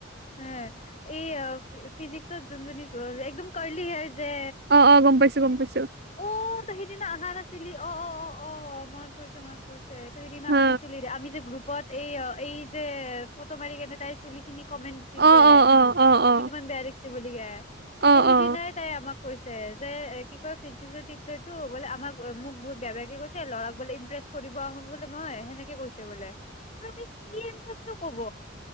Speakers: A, on the left (about 35°); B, on the right (about 50°).
A: হেঁ এই ফিজিক্সত যোন জনী একদম কাৰলি হেয়াৰ যে।
B: অঁ অঁ গম পাইছো গম পাইছো।
A: অ' তয় সেইদিনা অহা নাছিলি। অ অ অ অ' মন পৰিছে মন পৰিছে। টোৱে তয় সেইদিনা
B: হা
A: অহা নাছিলে দে, আমি যে গ্ৰুপত এই এই যে ফটো মাৰি কেনে তাইৰ চুলি খিনি- কমেন্ট দিছিল
B: অ
A: যে,
B: অ অ অ অ
A: যে কিমান বেয়া লাগিছে বুলি যে,
B: অ
A: এ সিদিনাই-
B: অ
A: তাই আমাক কৈছে, যে এ কি কয় টিচাৰ টো বোলে আমাক মোক বহুত বেয়া বেয়াকে কৈছ- ছে ল'ৰাক বোলে ইমপ্ৰেছ কৰিব আহো বুলি মই সেনেকে কৈছে বোলে। ময়টো চি এম কতনো কব?